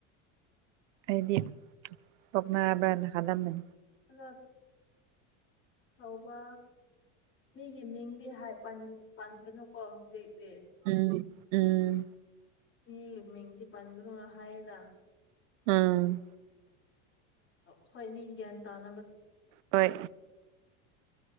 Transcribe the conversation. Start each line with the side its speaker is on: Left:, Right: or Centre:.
Right: ꯍꯥꯏꯗꯤ ꯇꯣꯛꯅꯕꯅ ꯍꯥꯜꯂꯝꯃꯅꯤ
Left: ꯑ ꯍꯧꯕ ꯃꯤꯒꯤ ꯃꯤꯡꯗꯤ ꯄꯟꯒꯅꯨꯀꯣ ꯍꯧꯖꯤꯛꯇꯤ
Right: ꯎꯝ ꯎꯝ
Left: ꯌꯦ ꯃꯤꯡꯗꯤ ꯄꯟꯒꯅꯨ ꯍꯥꯏꯌꯦꯅ
Right: ꯑꯝ
Left: ꯈꯣꯏꯅꯤ ꯒ꯭ꯌꯥꯟ ꯇꯥꯅꯕ
Right: ꯍꯣꯏ